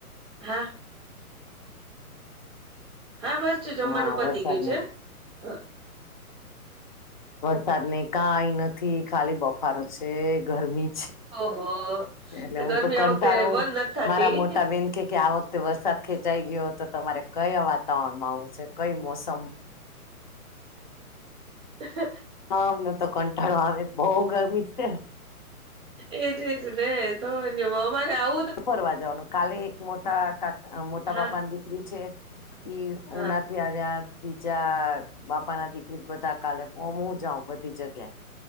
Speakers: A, on the right (about 20°); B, on the left (about 35°).
A: હા હા બસ જમવાનું
B: ના
A: પતી
B: વરસાદ
A: ગયુ છે,
B: ને
A: હ
B: વરસાદ ને કાઈ નથી ખાલી બફારો છે, ગરમી
A: ઓહો
B: એટલે હું
A: ગરમી
B: તો કંટાળું
A: આ વખતે બંધ નથી થતી
B: મારા મોટા બેન કે કે આ વખતે વરસાદ ખેંચાઈ ગયો તો તમારે કયા વાતાવરણમાં આવું છે, કઈ મોસમ
A: હ
B: હમને તો કંટાળો આવે બઉ ગરમી છે.
A: એજજલે તો જવામાં ગ
B: ફરવા જવાનું કાલે એક મોટા કાકા મોટા
A: હા
B: પાપા ની દીકરી છે. ઈ ઉનાથી
A: હા
B: આવ્યા બી ચાર બાપા ના દીકરી જ બધા કાલે હું જાઉં બધી જગ્યાએ